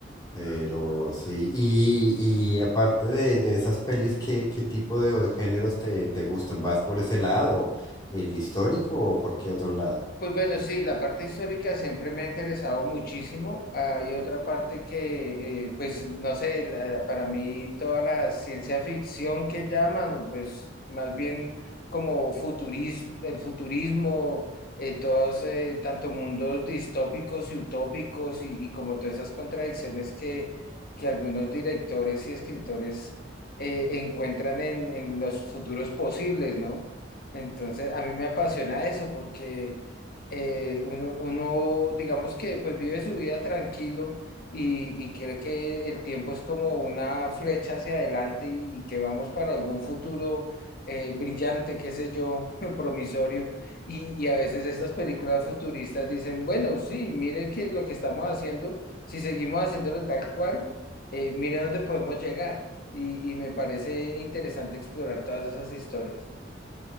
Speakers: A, on the left (about 20°); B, on the left (about 50°).
A: Pero sí, y, y aparte de, de esas pelis, ¿qué, qué tipo de géneros te, te gustan? ¿Vas por ese lado, el histórico o por qué otro lado?
B: Pues bueno, sí, la parte histórica siempre me ha interesado muchísimo. Hay otra parte que, eh, pues no sé, la- para mí toda la ciencia ficción que llaman, o pues más bien como futurismo, el futurismo, eh, todos, eh, tanto mundos distópicos y utópicos y, y como todas esas contradicciones que, que algunos directores y escritores eh, encuentran en, en los futuros posibles, ¿no? Entonces, a mí me apasiona eso porque eh, uno, uno, digamos que pues vive su vida tranquilo y, y cree que el tiempo es como una flecha hacia adelante y, y que vamos para algún futuro eh, brillante, qué sé yo, <laughs> promisorio. Y, y a veces estas películas futuristas dicen, bueno, sí, miren que lo que estamos haciendo, si seguimos haciéndolo tal cual, eh, miren dónde podemos llegar. Y, y me parece interesante explorar todas esas historias.